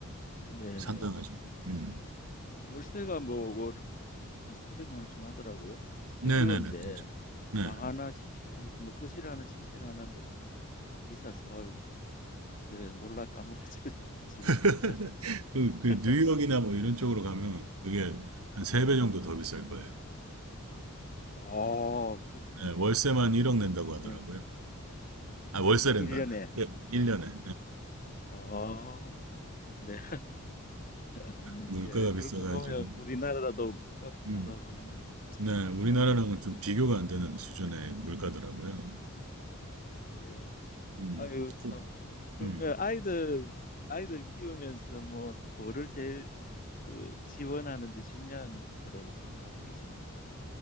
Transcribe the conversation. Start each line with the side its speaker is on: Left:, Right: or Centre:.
Left: 네네.
Right: 상당하죠. 음,
Left: 월세가 뭐, 월 한, 한 300만 원쯤 하더라고요. 스튜디오인데,
Right: 네네네. 그렇죠. 네.
Left: 방 하나 침실 하나 뭐 거실 하나 침실 하나인데도 그렇게 비싸서 아유 예, 놀라 까무러질 <laughs>
Right: <laughs>
Left: 정도죠.
Right: 그, 그
Left: <laughs>
Right: 뉴욕이나 뭐 이런 쪽으로
Left: 네.
Right: 가면 그게 한 세
Left: 예.
Right: 배 정도 더 비쌀 거예요.
Left: 어, 그렇습니까?
Right: 예, 월세만 1억 낸다고
Left: 하여튼
Right: 하더라고요.
Left: 뭐
Right: 아, 월세 낸다.
Left: 1년에
Right: 예, 1년에.
Left: 어, 네. <laughs>
Right: 물가가
Left: 예,
Right: 비싸가지고.
Left: 그런 거 보면 우리나라도 물가 비싸다고
Right: 음.
Left: 하는데
Right: 네, 우리나라랑은
Left: 상대적으로는
Right: 좀 비교가 안 되는 수준의 물가더라고요.
Left: 아, 예.
Right: 음.
Left: 아유 참.
Right: 그-
Left: 그러면
Right: 음.
Left: 아이들 아이들 키우면서 뭐 뭐를 제일 그 지원하는 데 중요한 거라고 생각하고 계십니까?